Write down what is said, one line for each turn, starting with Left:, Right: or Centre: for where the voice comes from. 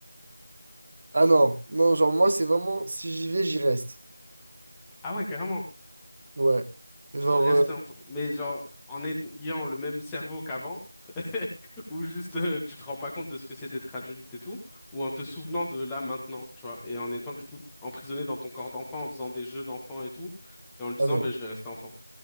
Right: Ah non, non, genre, moi, c'est vraiment, si j'y vais, j'y reste.
Centre: Ah ouais, carrément.
Right: Ouais. Genre,
Centre: Tu veux rester
Right: euh,
Centre: enfant. Mais genre, en ayant le même cerveau qu'avant, <laughs> ou juste euh, tu te rends pas compte de ce que c'est d'être adulte et tout, ou en te souvenant de là maintenant, tu vois, et en étant du coup emprisonné dans ton corps d'enfant, en faisant des jeux d'enfant et tout, et en te disant,
Right: ah non.
Centre: ben, je vais rester enfant.